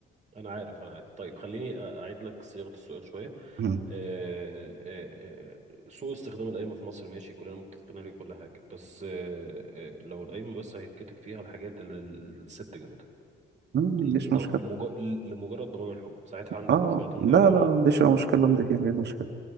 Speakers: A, on the right; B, on the right.
A: انا عارف انا عارف طيب خليني أ- اعيد لك صياغة السؤال شوية
B: مم.
A: آه، آه، آه، آه، سوء استخدام القايمة في مصر ماشي كلنا متفقين عليه كل حاجة بس آه، آه، لو القايمة بس هيتكتب فيها الحاجات اللي الست جابتها
B: مم،
A: الض-
B: مفيش مشكله
A: مج- لمجرد ضمان الحقوق ساعتها عندك
B: اه
A: مشكلة تمضي
B: لا
A: عليها ولا
B: لا
A: لا
B: ما عنديش اي مشكله ما عنديش اي مشكله